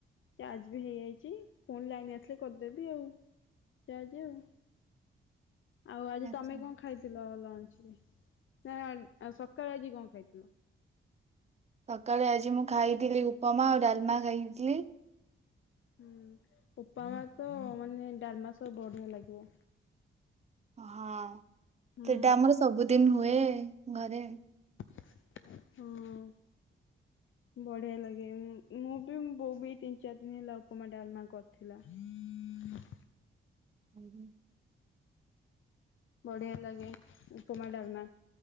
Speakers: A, on the left (about 65°); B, on the right (about 30°).
A: ଚାର୍ଜ ବି ହେଇଯାଇଚି। ପୁଣି ଲାଇନ୍ ଆସିଲେ କରିଦେବି ଆଉ ଚାର୍ଜ ଆଉ। ଆଉ ଆଜି
B: ଆଚ୍ଛା
A: ତମେ କଣ ଖାଇଥିଲ ଲଞ୍ଚରେ ନାଆ-ଆ ଅ ସକ୍ ସକାଳେ ଆଜି କଣ ଖାଇଥିଲ?
B: ସକାଳେ ଆଜି ମୁଁ ଖାଇଥିଲି ଉପମା ଆଉ ଡାଲମା ଖାଇଥିଲି।
A: ହୁଁ ଉପମା ତ ମାନେ ଡାଲମା ସହ ବଢିଆ ଲାଗିବ।
B: ହଁ
A: ହୁଁ
B: ସେଟା ଆମର ସବୁଦିନ ହୁଏ ଘରେ।
A: ହୁଁ। ବଢିଆ ଲାଗେ ଉଁ-ଉଁ ମୁଁ ବି ମୋ ବୋଉ ବି ତିନି ଚାରି ଦିନ ହେଲା ଉପମା ଡାଲମା କରିଥିଲା। ହୁଁ
B: ହୁଁହୁଁ।
A: ବଢିଆ ଲାଗେ ଉପମା ଡାଲମା।